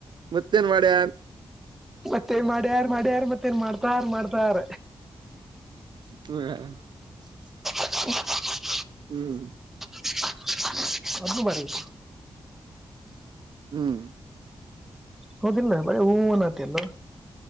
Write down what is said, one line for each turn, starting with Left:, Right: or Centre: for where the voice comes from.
Right: ಮತ್ತೇನ್ ಮಾಡ್ಯ
Centre: ಮತ್ತೆನ್ ಮಾಡ್ಯ ಯಾರ ಮಾಡ್ಯ ಯಾರ ಮತ್ತೇನ್ ಮಾಡ್ತಾರ ಮಾಡ್ತಾರ.
Right: ಹ <inaudible>
Centre: ಹ <unintelligible>
Right: ಹ್ಮ್
Centre: <unintelligible> ಅದನು ಮಾಡಿನ.
Right: ಹ್ಮ್ <inaudible>
Centre: ಹೋದಿಲ್ಲ ಬರೀ ಹೂವನ್ ಆತ ಅಲ್ಲ